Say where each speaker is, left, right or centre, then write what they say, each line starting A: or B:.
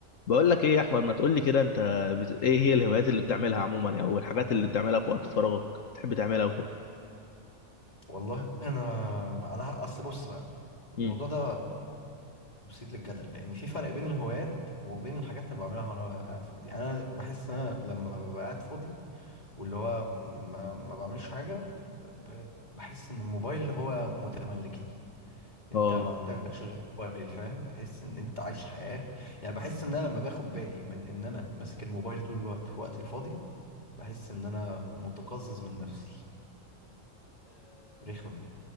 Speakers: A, on the left; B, on the left.
A: بقول لك ايه يا احمد ما تقول لي كده انت بت... ايه هي الهوايات اللي بتعملها عموما يعني، او الحاجات اللي بتعملها في وقت فراغك بتحب تعملها وكده
B: والله انا على اصل بص بقى الموضوع
A: مم.
B: ده مثير للجدل لان في فرق بين الهوايات وبين الحاجات اللي بعملها وانا قاعد فاضي يعني انا بحس ان انا لما ببقى قاعد فاضي واللي هو ما, ما بعملش حاجه ب- بحس ان الموبايل هو متملكني انت
A: اه
B: ما عندكش غير الموبايل فاهم تحس ان انت عايش حياه يعني بحس ان انا لما باخد بالي من ان انا ماسك الموبايل طول الوقت في وقتي الفاضي بحس ان انا متقزز من نفسي رخمه